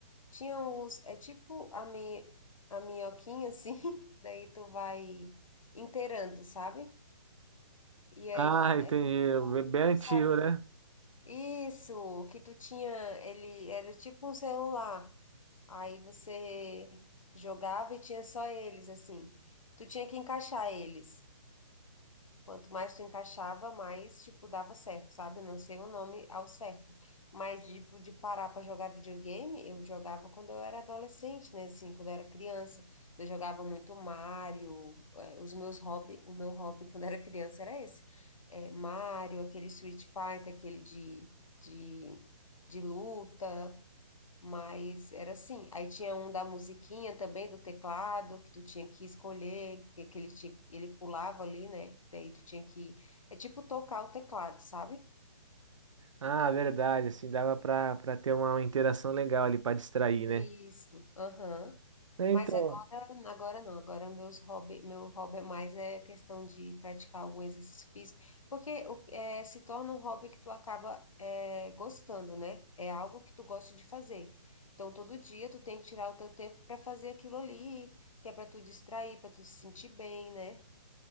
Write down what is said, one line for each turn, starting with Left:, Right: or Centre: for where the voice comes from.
Left: tinha os, é tipo a, mi, a minhoquinha assim, <laughs> daí tu vai inteirando, sabe? E aí,
Right: Ah, entendi.
Left: é, <laughs>
Right: Bem bem antigo,
Left: sabe?
Right: né?
Left: Isso, que tu tinha, ele era tipo um celular. Aí você jogava e tinha só eles, assim. Tu tinha que encaixar eles. Quanto mais tu encaixava, mais, tipo, dava certo, sabe? Não sei o nome ao certo. Mas, tipo, de parar para jogar videogame, eu jogava quando eu era adolescente, né? Assim, quando eu era criança. Eu jogava muito Mario. eh, Os meus hobby, o meu hobby quando era criança era esse. É, Mario, aquele Street Fighter, aquele de, de, de luta. Mas era assim. Aí tinha um da musiquinha também, do teclado, que tu tinha que escolher, que, que ele tinha, ele pulava ali, né? Daí tu tinha que. É tipo tocar o teclado, sabe?
Right: Ah, verdade. Assim, dava pra, pra ter uma, uma interação legal ali, pra distrair,
Left: Isso,
Right: né?
Left: aham.
Right: É,
Left: Mas
Right: então.
Left: agora, agora não, agora meus hobby, meu hobby é mais é questão de praticar algum exercício físico, porque o- é, se torna um hobby que tu acaba é, gostando, né? É algo que tu gosta de fazer. Então, todo dia tu tem que tirar o teu tempo para fazer aquilo ali, que é para tu distrair, para tu se sentir bem, né?